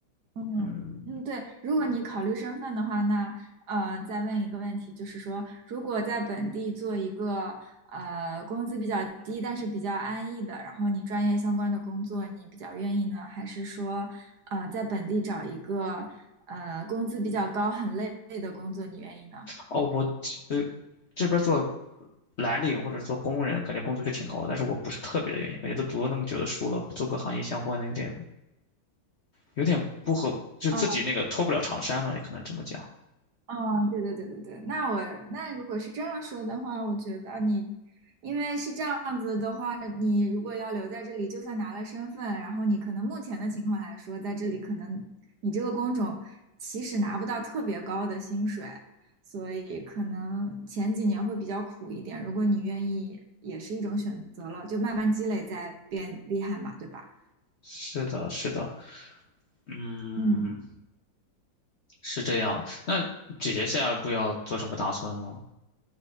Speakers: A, on the right; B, on the left.
A: 嗯嗯，
B: 嗯，
A: 对，如果你考虑身份的话，那呃，再问一个问题，就是说，如果在本地做一个呃工资比较低，但是比较安逸的，然后你专业相关的工作，你比较愿意呢，还是说呃在本地找一个呃工资比较高、很累的工作，你愿意呢？
B: 哦，我呃这边做蓝领或者做工人，感觉工资是挺高的，但是我不是特别的愿意，感觉都读了那么久的书了，不做个行业相关的有点有点不合，就自己那个脱不了长衫嘛，
A: 啊。
B: 也可能这么讲。
A: 哦，对对对对对，那我那如果是这样说的话，我觉得你，因为是这样子的话，你如果要留在这里，就算拿了身份，然后你可能目前的情况来说，在这里可能你这个工种其实拿不到特别高的薪水，所以可能前几年会比较苦一点。如果你愿意，也是一种选择了，就慢慢积累再变厉害嘛，对吧？
B: 是的，是的，嗯，
A: 嗯。
B: 是这样。那姐姐下一步要做什么打算呢？